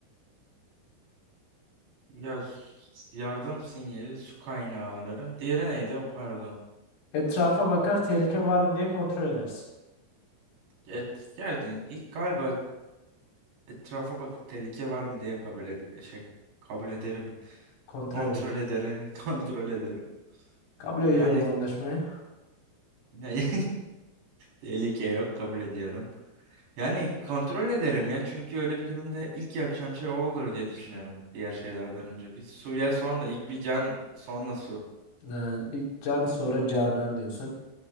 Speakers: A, on the right; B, on the left.
A: Ya s- yardım sinyali su kaynağı ararım. Diğeri neydi? O, Pardon.
B: Etrafa bakar, tehlike var mı diye kontrol edersin.
A: Et, geldin. İlk galiba etrafa bakıp tehlike var mı diye kabul ed şey kabul ederim.
B: Kontrol
A: Kontrol
B: edersin.
A: ederim. <laughs> Kontrol ederim.
B: Kabul ediyorum
A: Yani
B: anlaşmayı.
A: <laughs> yani Tehlike yok kabul ediyorum. Yani kontrol ederim ya çünkü öyle bir durumda ilk yapacağım şey o olur diye düşünüyorum diğer şeylerden önce. Bir suya sonra ilk bir can sonra su.
B: Ee, ilk Can sonra Canan diyorsun.